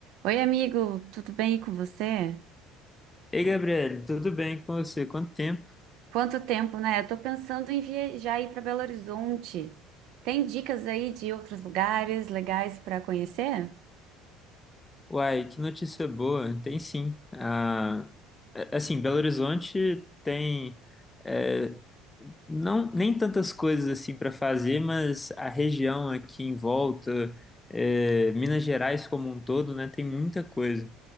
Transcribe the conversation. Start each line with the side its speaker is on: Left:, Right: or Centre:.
Right: Oi, amigo, tudo bem com você?
Left: Ei, Gabriel, tudo bem com você? Quanto tempo?
Right: Quanto tempo, né? Eu tô pensando em viajar aí para Belo Horizonte. Tem dicas aí de outros lugares legais para conhecer?
Left: Uai, que notícia boa. Tem sim. Ah, é- assim, Belo Horizonte tem é, não nem tantas coisas assim para fazer, mas a região aqui em volta, é, Minas Gerais como um todo, né, tem muita coisa.